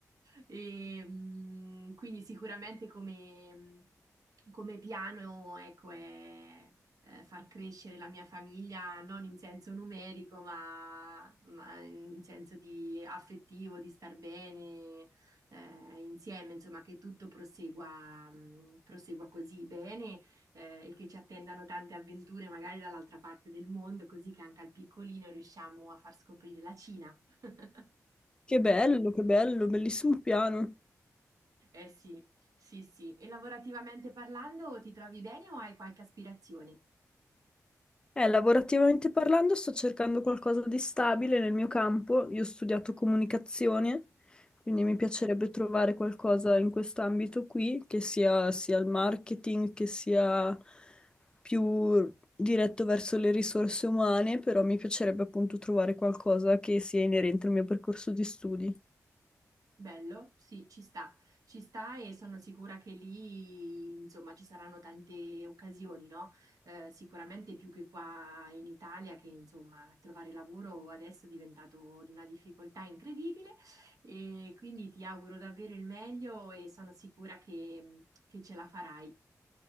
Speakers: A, on the right; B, on the left.
A: E, mm, quindi sicuramente come, come piano, ecco, è eh, far crescere la mia famiglia non in senso numerico, ma, ma in senso di affettivo, di star bene eh, insieme, insomma, che tutto prosegua, mm, prosegua così bene eh, e che ci attendano tante avventure magari dall'altra parte del mondo, così che anche al piccolino riusciamo a far scoprire la Cina. <laughs>
B: Che bello, che bello, bellissimo piano.
A: Eh sì, sì, sì. E lavorativamente parlando, ti trovi bene o hai qualche aspirazione?
B: Eh, lavorativamente parlando, sto cercando qualcosa di stabile nel mio campo. Io ho studiato comunicazione, quindi mi piacerebbe trovare qualcosa in quest'ambito qui, che sia, sia il marketing, che sia più diretto verso le risorse umane, però mi piacerebbe appunto trovare qualcosa che sia inerente al mio percorso di studi.
A: Bello, sì, ci sta, ci sta e sono sicura che lì, insomma, ci saranno tante occasioni, no? Eh, sicuramente più che qua in Italia, che insomma, trovare lavoro adesso è diventato di una difficoltà incredibile e quindi ti auguro davvero il meglio e sono sicura che, che ce la farai.